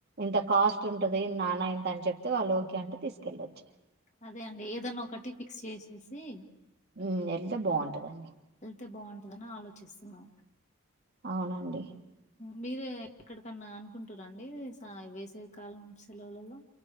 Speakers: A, on the right; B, on the left.
A: ఇంత కాస్ట్ ఉంటది నాన్న ఇంత అని చెప్తే వాళ్ళు ఓకే అంటే తీసుకెళ్ళొచ్చు
B: అదే అండి ఏదన్నా ఒకటి ఫిక్స్ చేసేసి
A: హ్మ్ ఎల్తే బాగుంటదండి.
B: ఎల్తే బాగుంటదని ఆలోచిస్తున్నా.
A: అవునండి.
B: మీరే ఎక్కడికన్నా అనుకుంటురండి. ఆ వేసవి కాలం సెలవులలో